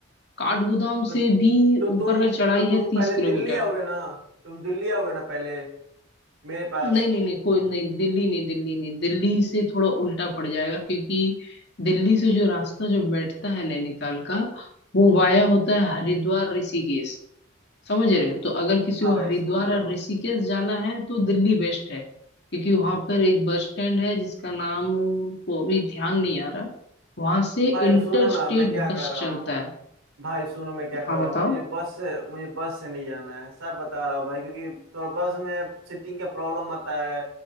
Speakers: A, on the left; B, on the right.
A: काठगोदाम
B: तो तो
A: से भी ऊपर
B: तुम
A: का चढ़ाई
B: तो
A: है
B: तुम
A: तीस
B: पहले
A: किलोमीटर
B: दिल्ली आओगे ना तुम दिल्ली आओगे ना पहले मेरे पास
A: नहीं नहीं नहीं कोई नहीं दिल्ली नहीं दिल्ली नहीं दिल्ली से थोड़ा उल्टा पड़ जाएगा क्योंकि दिल्ली से जो रास्ता जो बैठता है नैनीताल का वो वाया होता है हरिद्वार ऋषिकेश समझ रहे हो तो अगर किसी
B: हाँ
A: को
B: भाई
A: हरिद्वार
B: समझ रहा
A: और
B: हूँ
A: ऋषिकेश जाना है तो दिल्ली बेस्ट है क्योंकि वहां पर एक बस स्टैंड है जिसका नाम को अभी ध्यान नहीं आ रहा वहां से
B: भाई
A: इंटर
B: सुनो ना
A: स्टेट
B: मैं क्या
A: बस
B: कर रहा
A: चलता
B: हूँ
A: है
B: भाई सुनो मैं क्या
A: हाँ
B: कर
A: बताओ
B: रहा हूँ मुझे बस से मुझे बस से नहीं जाना है सब बता रहा हूँ भाई क्योंकि थोड़ा बस में सीटिंग का प्रॉब्लम आता है